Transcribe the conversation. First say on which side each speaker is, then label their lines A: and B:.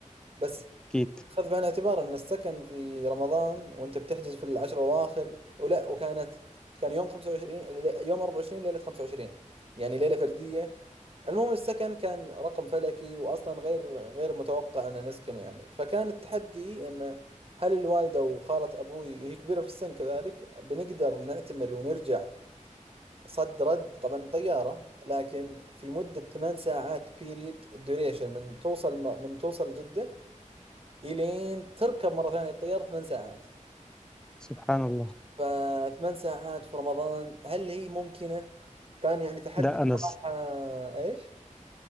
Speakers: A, on the right; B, in the centre.
A: بس
B: أكيد
A: خذ بعين الاعتبار ان السكن في رمضان وانت بتحجز في العشر الاواخر ولا وكانت كان يوم 25 ل- يوم 24 ليله 25 يعني ليله فرديه المهم السكن كان رقم فلكي واصلا غير غير متوقع ان نسكن يعني فكان التحدي ان هل الوالده وخاله ابوي هي كبيره في السن كذلك بنقدر نعتمر ونرجع صد رد طبعا طياره لكن في مده ثمان ساعات بيريد ديوريشن من توصل من توصل جده إلين تركب مرة ثانية الطيارة ثمان ساعات
B: سبحان الله
A: فثمان ساعات في رمضان هل هي ممكنة؟ كان يعني تحدي
B: لا أنا
A: صراحة إيش؟